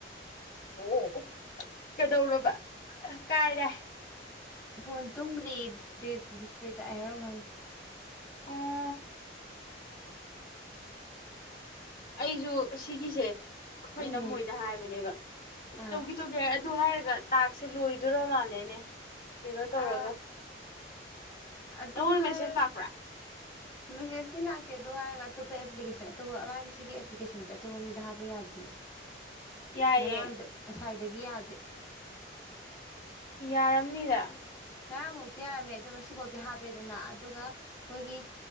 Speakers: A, on the left (about 50°); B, on the left (about 15°).
A: ꯑꯣ ꯀꯩꯗꯧꯔꯕ ꯀꯥꯏꯔꯦ
B: ꯐꯣꯟ ꯇꯨꯡꯈ꯭ꯔꯤꯄ꯭ꯂ ꯗꯤꯁꯄ꯭ꯂꯦ ꯆꯥꯛꯑꯦ ꯍꯥꯏꯔꯝꯒ
A: ꯑꯣ ꯑꯩꯁꯨ ꯁꯤꯒꯤꯁꯦ ꯑꯩꯈꯣꯏꯅ
B: ꯎꯝ
A: ꯃꯣꯏꯗ ꯍꯥꯏꯕꯅꯦꯕ
B: ꯑꯥ
A: ꯇꯧꯈꯤꯦ ꯇꯧꯒꯦ ꯍꯥꯏꯔ ꯑꯗꯨ ꯍꯥꯏꯔꯒ ꯇꯥꯛꯁꯦ ꯂꯣꯏꯗꯣꯏꯣꯔꯣ ꯃꯥꯜꯂꯦꯅꯦ ꯀꯩꯅꯣ ꯇꯧꯔꯒ
B: ꯑꯥ ꯑꯗꯨ
A: ꯅꯪꯉꯣꯟꯗ
B: ꯍꯥꯏꯔ
A: ꯃꯦꯁꯦꯖ ꯂꯥꯛꯄ꯭ꯔꯥ
B: ꯃꯦꯁꯦꯁꯇꯤ ꯂꯥꯛꯇꯦ ꯑꯗꯨ ꯍꯥꯏꯔꯒ ꯑꯇꯣꯞꯄ ꯑꯦꯄꯂꯤꯦꯁꯟ ꯑꯇꯣꯞꯄ ꯃꯥꯒꯤ ꯁꯤꯒꯤ ꯑꯦꯄ꯭ꯂꯤꯀꯦꯁꯟꯁꯦ ꯑꯇꯣꯞꯄ ꯃꯤꯗ ꯍꯥꯞꯄ ꯌꯥꯗꯦ
A: ꯌꯥꯏꯌꯦ
B: ꯉꯔꯥꯡꯗ ꯉꯁꯥꯏ ꯑꯗꯒꯤ ꯌꯥꯗꯦ
A: ꯌꯥꯔꯝꯅꯤꯔ
B: ꯉꯔꯥꯡꯃꯧꯛꯇꯤ ꯌꯥꯔꯝꯃꯦ ꯑꯗꯣ ꯉꯁꯤꯐꯥꯎꯗꯤꯤ ꯍꯥꯞꯄꯦꯗꯅ ꯑꯗꯨꯒ ꯃꯈꯣꯏꯒꯤ